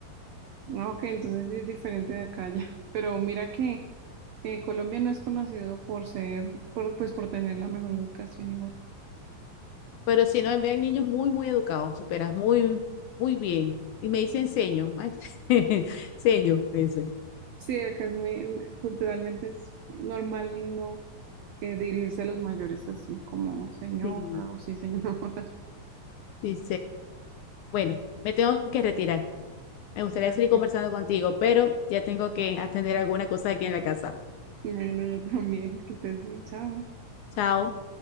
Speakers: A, on the right; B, on the left.
A: Ah, Ok, entonces sí es diferente de acá ya, <laughs> pero mira que eh, Colombia no es conocido por ser, por, pues, por tener la mejor educación igual.
B: Pero si no, envían niños muy, muy educados, superas muy, muy bien. Y me dicen seño, maestra. <laughs> Seño, me dice.
A: Sí, acá es muy, culturalmente es normal uno eh, dirigirse a los mayores así como señora
B: Sí,
A: o sí señora. <laughs>
B: sí, Bueno, me tengo que retirar. Me gustaría
A: También.
B: seguir conversando contigo, pero ya tengo que atender alguna cosa aquí en la casa.
A: Bueno, yo también, que estés bien, chao.
B: Chao.